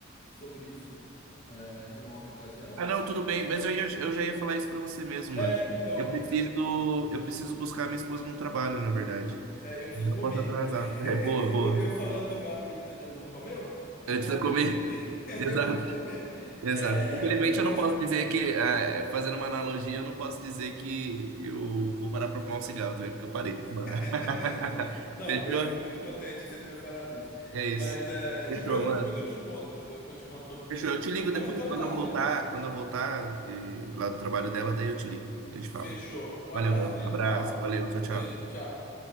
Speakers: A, on the left; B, on the right.
A: sobre isso, é, em uma outra ocasião.
B: Ah, não, tudo bem,
A: Mas,
B: mas eu ia, eu já ia falar isso pra você mesmo,
A: é,
B: mano.
A: então,
B: Eu preciso, eu preciso buscar minha esposa no trabalho, na verdade.
A: É, eu preciso
B: Eu não
A: comer.
B: posso atrasar.
A: <laughs>
B: É, boa, boa.
A: Eu, eu falando do meu amigo que ele não comeu, e
B: Antes
A: eu
B: da comer.
A: que. <laughs>
B: <laughs> Exato.
A: Eu preciso comer.
B: Exato.
A: É,
B: Infelizmente, eu
A: mas.
B: não posso dizer que, ah, fazendo uma analogia, eu não posso dizer que eu vou parar pra fumar um cigarro também, porque eu parei de fumar.
A: <laughs>
B: <laughs>
A: Não,
B: Fechou?
A: eu fico muito contente que você tenha falado isso.
B: É isso.
A: Mas é,
B: Fechou,
A: depois eu,
B: mano.
A: depois eu te conto, eu eu te conto sobre isso
B: Fechou.
A: aí.
B: Eu te ligo depois.
A: Mas então
B: Quando
A: tá,
B: eu
A: querido.
B: voltar, quando eu voltar de lá do trabalho dela, daí eu te ligo. A gente
A: Fechou.
B: fala.
A: Um
B: Valeu,
A: abraço,
B: mano.
A: querido.
B: Abraço.
A: Vai lá.
B: Valeu. Tchau,
A: Beijo,
B: tchau.
A: tchau.